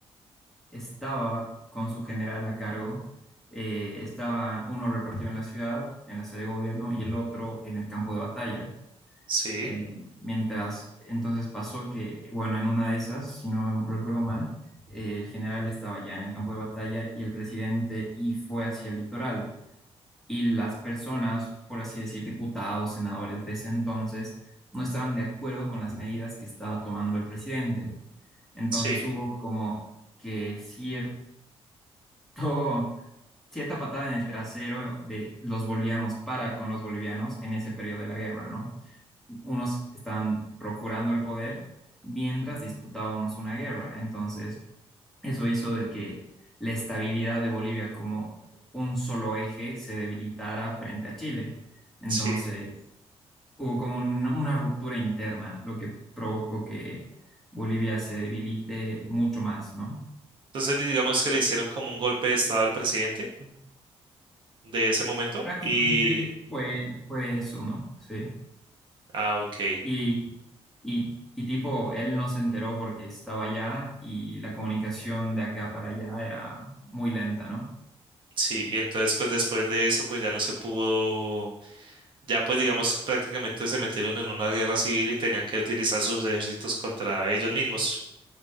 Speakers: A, in the centre; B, on the right (about 50°).
A: estaba con su general a cargo, eh, estaba uno repartido en la ciudad, en la sede de gobierno, y el otro en el campo de batalla.
B: sí,
A: Eh, mientras, entonces pasó que, bueno, en una de esas, si no recuerdo mal, eh, el general estaba ya en el campo de batalla y el presidente y fue hacia el litoral. y las personas, por así decir, diputados, senadores de ese entonces, no estaban de acuerdo con las medidas que estaba tomando el presidente. Entonces
B: sí,
A: hubo como que cierto, <laughs> cierta patada en el trasero de los bolivianos para con los bolivianos en ese periodo de la guerra, ¿no? Unos estaban procurando el poder mientras disputábamos una guerra. Entonces eso hizo de que la estabilidad de Bolivia como un solo eje se debilitara frente a Chile. Entonces,
B: sí.
A: hubo como un- una ruptura interna, lo que provocó que Bolivia se debilite mucho más, ¿no?
B: Entonces, digamos que le hicieron como un golpe de estado al presidente de ese momento
A: Prácticamente
B: y,
A: fue, fue eso, ¿no? Sí.
B: ah, ok,
A: Y, y, y tipo, él no se enteró porque estaba allá y la comunicación de acá para allá era muy lenta, ¿no?
B: sí, y entonces, pues después de eso, pues ya no se pudo, ya pues digamos, prácticamente se metieron en una guerra civil y tenían que utilizar sus ejércitos contra ellos mismos.